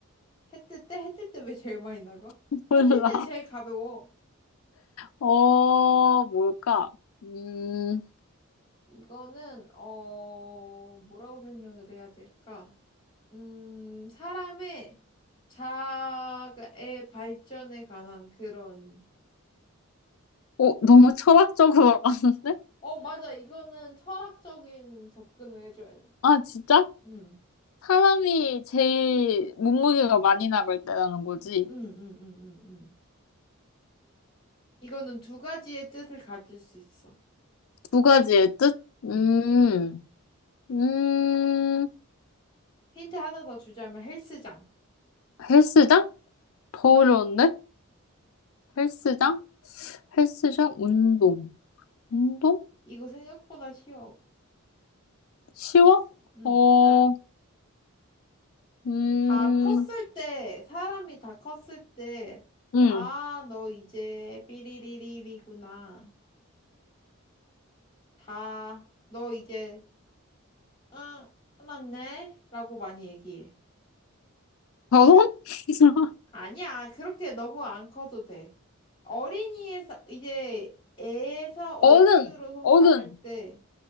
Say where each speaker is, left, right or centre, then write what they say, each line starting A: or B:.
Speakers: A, on the left; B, on the left.
A: 해뜰 때? 해뜰 때 왜 제일 많이 나가?
B: <laughs> 몰라.
A: 해뜰 때 제일 가벼워.
B: 어, 뭘까? 음,
A: 이거는, 어, 뭐라고 설명을 해야 될까? 음, 사람의 자아의 발전에 관한 그런,
B: 어, 너무 철학적으로 갔는데?
A: 어, 맞아. 이거는 철학적인 접근을 해줘야 돼.
B: 아, 진짜?
A: 응,
B: 사람이 제일 몸무게가 많이 나갈 때라는 거지.
A: 응, 응, 응, 응, 응. 이거는 두 가지의 뜻을 가질 수 있어.
B: 두 가지의 뜻?
A: 응.
B: 음, 음,
A: 힌트 하나 더 주자면 헬스장.
B: 헬스장? 더 어려운데? 헬스장? 헬스장? 운동. 운동?
A: 이거 생각보다 쉬워.
B: 쉬워?
A: 응.
B: 어, 음,
A: 다 컸을 때, 사람이 다 컸을 때,
B: 음.
A: 아, 너 이제 삐리리리리구나. 다, 너 이제, 응, 화났네? 라고 많이 얘기해.
B: 결혼? <laughs>
A: 아니야, 그렇게 너무 안 커도 돼. 어린이에서, 이제 애에서 어른으로
B: 어른!
A: 성장할
B: 어른!
A: 때,